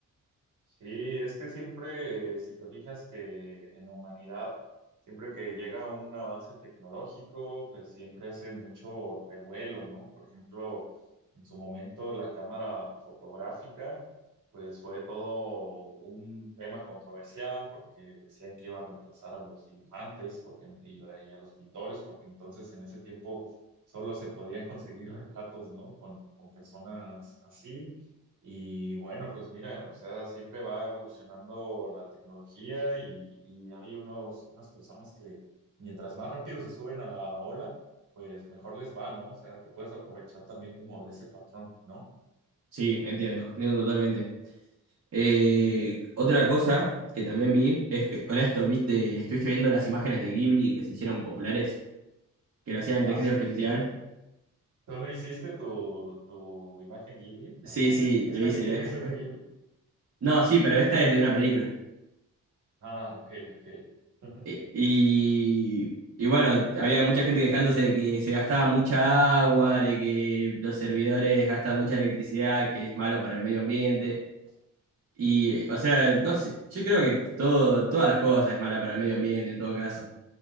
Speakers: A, on the right; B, on the right.
A: Sí, es que siempre, eh, si te fijas que en la humanidad, siempre que llega un avance tecnológico, pues siempre hace mucho revuelo, ¿no? Por ejemplo, en su momento la cámara fotográfica, pues fue todo un tema controversial porque decían que iba a reemplazar a los dibujantes porque, y, lo- y a los pintores, porque entonces en ese tiempo solo se podían conseguir retratos, ¿no? Con, con personas así. Y bueno, pues mira, o sea, siempre va evolucionando la tecnología y, y hay unos, unas personas que mientras más rápido se suben a la ola, pues mejor les va, ¿no? O sea, te puedes aprovechar también como de ese patrón, no
B: Sí, entiendo, entiendo totalmente. Eh,
A: Ujú.
B: otra cosa que también vi es que con esto, viste, estuviste viendo las imágenes de Ghibli que se hicieron populares, que lo hacía la inteligencia
A: Ah, sí,
B: artificial.
A: que tú no hiciste tu, tu imagen Ghibli,
B: Sí,
A: alguna.
B: sí,
A: ¿Esta
B: lo hice.
A: que tienes
B: lo- <laughs>
A: es de Ghibli?
B: No, sí, pero esta es de una película.
A: Ah, ok, ok. <laughs>
B: Eh, Y, y bueno, había mucha gente quejándose de que se gastaba mucha agua, de que los servidores gastan mucha electricidad, que es malo para el medio ambiente. Y, o sea, no sé, yo creo que todo, todas las cosas es mala para el medio ambiente en todo caso.